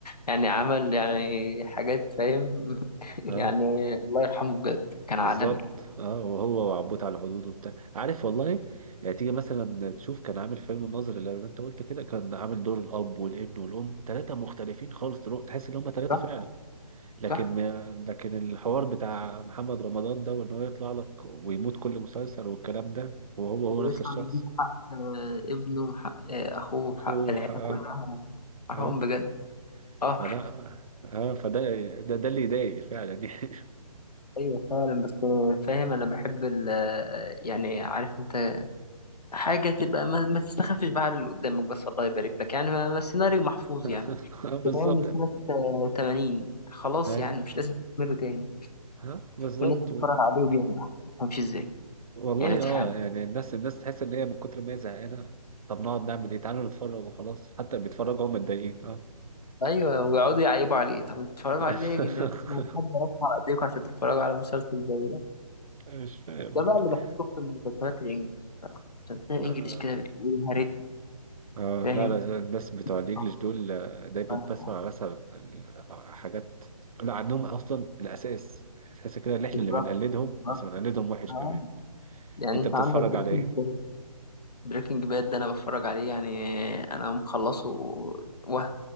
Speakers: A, on the left; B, on the right.
A: يعني عمل يعني حاجات فاهم <laughs> يعني
B: اه
A: الله يرحمه بجد كان
B: بالظبط
A: عالمي
B: اه وهو وعبود على الحدود وبتاع عارف والله يعني تيجي مثلا تشوف كان عامل فيلم الناظر اللي ما انت قلت كده كان عامل دور الاب والابن والام ثلاثه مختلفين خالص تلو- تحس ان هم ثلاثه
A: صح
B: فعلا لكن
A: صح
B: ما لكن الحوار بتاع محمد رمضان ده وان هو يطلع لك ويموت كل مسلسل والكلام ده وهو هو نفس
A: يطلع
B: الشخص
A: يجيب حق آه، ابنه وحق آه، اخوه
B: اخوه
A: وحق العيله
B: اه
A: كلها حرام
B: اه
A: بجد اه
B: فلا اه فده ده, ده اللي يضايق فعلا يعني
A: ايوه فعلا بس فاهم انا بحب ال يعني عارف انت حاجه تبقى ما, ما تستخفش بقى على اللي قدامك بس الله يبارك لك يعني ما ما السيناريو محفوظ
B: <laughs>
A: يعني
B: بالظبط
A: بيتعمل من سنة آه، 80 خلاص
B: اي
A: يعني مش لازم تعمله تاني
B: ها بالظبط
A: والناس بتتفرج عليه وبينجح ما تفهمش ازاي
B: والله
A: يعني ما تفهم
B: اه يعني الناس الناس تحس ان هي من كتر ما هي زهقانه طب نقعد نعمل ايه تعالوا نتفرج وخلاص حتى اللي بيتفرجوا هم متضايقين اه
A: ايوه ويقعدوا يعيبوا عليه طب انتوا بتتفرجوا
B: <laughs>
A: عليه ليه يا جدعان؟ ما في حد رفع ايديكم عشان تتفرجوا على مسلسل زي ده
B: مش فاهم
A: ده
B: والله
A: بقى اللي
B: <laughs>
A: بحبه اكتر من المسلسلات الانجليش بصراحة المسلسلات الانجليش
B: اه
A: كده بتقول يا ريت
B: آه،
A: فاهم
B: لا لا الناس بتوع الانجليش
A: آه،
B: دول آه، دايما
A: آه،
B: بسمع مثلا ال- حاجات لا عندهم اصلا الاساس تحس كده ان احنا
A: بالظبط
B: اللي بنقلدهم
A: بالظبط.
B: بس بنقلدهم وحش
A: آه.
B: كمان
A: يعني
B: انت
A: انت
B: بتتفرج
A: عندك بريكنج
B: على ايه
A: باد بريكنج باد ده انا بتفرج عليه يعني انا مخلصه وهم